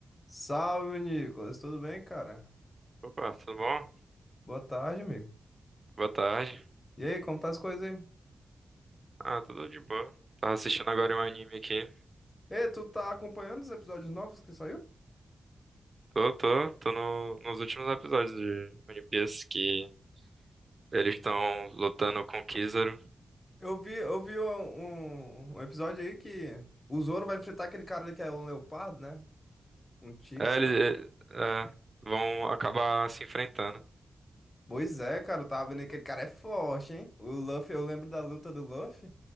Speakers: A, on the left (about 30°); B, on the right (about 40°).
A: Salve, Nicolas. Tudo bem, cara?
B: Opa, tudo bom?
A: Boa tarde, amigo.
B: Boa tarde.
A: E aí, como tá as coisas aí?
B: Ah, tudo de boa. Tava assistindo agora um anime aqui.
A: Ei, tu tá acompanhando os episódios novos que saiu?
B: Tô, tô, tô no- nos últimos episódios de One Piece que eles estão lutando com o Kizaru.
A: Eu vi, eu vi um, um- um episódio aí que o Zoro vai enfrentar aquele cara ali que é um leopardo, né? Um tigre,
B: É,
A: sei
B: eles
A: lá.
B: é, é, vão acabar se enfrentando.
A: Pois é, cara, eu tava vendo que aquele cara é forte, hein? O Luffy, eu lembro da luta do Luffy